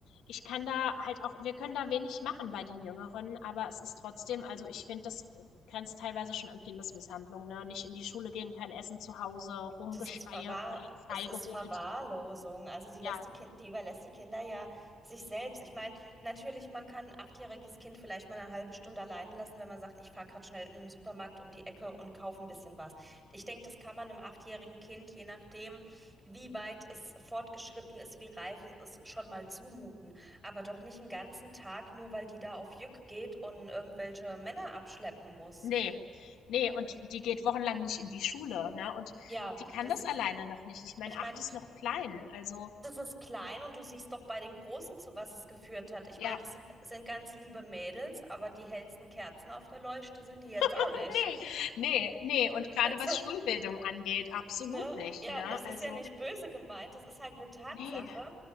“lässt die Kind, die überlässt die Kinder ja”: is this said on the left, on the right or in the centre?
Right